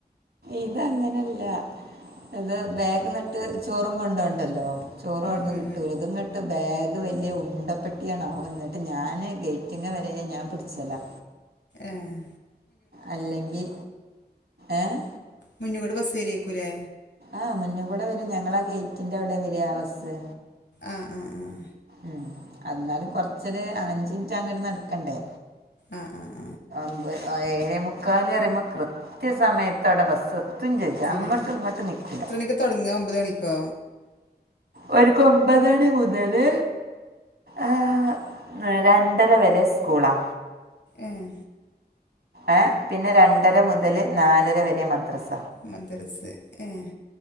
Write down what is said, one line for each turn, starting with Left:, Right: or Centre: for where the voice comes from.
Right: ഇതങ്ങനെയല്ല ഇത് ബാഗ് നട്ട് ചോറും കൊണ്ടോണ്ടല്ലോ ചോറ അവിന്ന്
Left: ഉം ഉം
Right: കിട്ടൂ
Left: ഉം
Right: ഇതങ്ങട്ട് ബാഗ് വലിയ ഉണ്ടപ്പെട്ടിയാ ആവും എന്നിട്ട് ഞാന് ഗേറ്റ് <unintelligible> വരെ ഞാൻ പിടിച്ചലാ
Left: ഏഹ്
Right: അല്ലെങ്കിൽ ഏഹ്
Left: മുന്ന് കൂടെ ബസ് വരേക്കൂല്ലേ
Right: ആഹ് മുന്ന് കൂടെ വരും ഞങ്ങളാ ഗേറ്റിന്റെ അവിടെ വര ബസ്സ്
Left: ആഹ് ആഹ് ആഹ്
Right: ഉം എന്നാലും കൊറച്ചര് അഞ്ചു മിനിറ്റ് അങ്ങട്ട് നടക്കണ്ടേ
Left: ആഹ് ആഹ്
Right: മ്പത് ഏഴേ മുക്കാല് പറയുമ്പോ കൃത്യ സമയത്ത് അവിടെ ബസ് എത് <unintelligible> ചെജ്ജും
Left: എത്തുംല്ലേ
Right: അങ്ങട്ടും ഇങ്ങട്ടും നിക്കൂല
Left: <unintelligible> ഒമ്പത് മണിക്കൊ
Right: ഓര് ക്ക് ഒമ്പതര മുതല് ആഹ് രണ്ടര വരെ സ്കൂളാ
Left: ഏഹ്
Right: ഏഹ് പിന്നെ രണ്ടര മുതൽ നാലര വരെ മദ്രസ
Left: മദ്രസ് ഏഹ്